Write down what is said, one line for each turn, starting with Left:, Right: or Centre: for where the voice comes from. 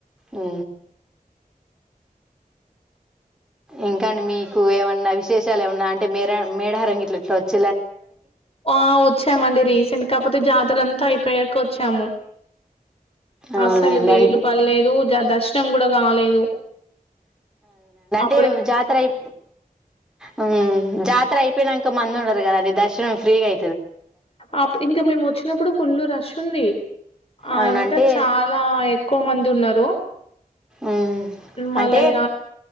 Centre: ఉ ఇంక అండి మీకు ఏమన్నా విశేషాలు ఏమన్నా అంటే మేర మేడరంగిట్ల తోచ్చి
Left: ఆ వచ్చామండి రీసెంట్ కాకపోతే జాతర అంతా అయిపోయాక వచ్చాము
Centre: అవునండి
Left: అసలు వీలు
Centre: అం
Left: పర్లేదు దర్శనం కూడా కాలేదు అ
Centre: టేవ్ జాతర అయి హ్మ్ జా తరై పోయినంక మంది ఉనరు కదండి దర్శనం ఫ్రీగై
Left: అప్ ఇంకా మేము వచ్చినప్పుడు ఫుల్ రష్ ఉంది ఆ
Centre: అవునంటే
Left: ఇంత చాలా ఎక్కువ మంది ఉన్నారు
Centre: ఉ
Left: మళ్ళా
Centre: అంటే
Left: ఇగ